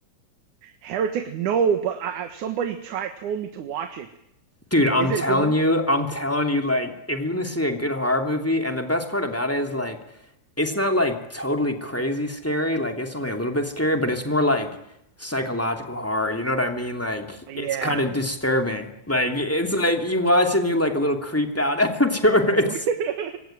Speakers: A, on the right; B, in the centre.
A: Heretic, no, but I, I somebody tried told me to watch it.
B: Dude, I'm
A: Is
B: telling
A: it a good movie?
B: you, I'm telling you, like, if you want to see a good horror movie, and the best part about it is, like, it's not like totally crazy scary, like, it's only a little bit scary, but it's more like psychological horror. You know what I mean? Like,
A: Yeah.
B: it's kind of disturbing. Like, it's like you watch and you're like a little creeped out <laughs> afterwards.
A: <laughs>